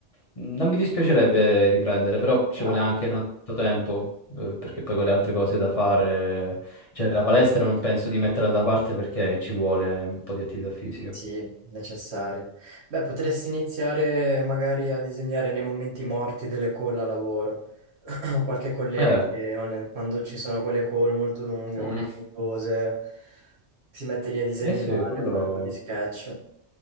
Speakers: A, on the left; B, on the right.
A: mh, non mi dispiacerebbe riprendere, però ci
B: dai,
A: vuole anche tanto tempo, eh, perché poi con le altre cose da fare, cioè la palestra non penso di metterla da parte perché ci vuole un po' di attività fisica.
B: sì, necessario. Beh, potresti iniziare magari a disegnare nei momenti morti delle call a lavoro. <clears throat> Ho qualche collega
A: Eh,
B: che ogni- quando ci sono quelle call molto lunghe,
A: mm,
B: molto noiose, si mette lì a disegnare,
A: eh sì, quello...
B: a fare un po' di sketch.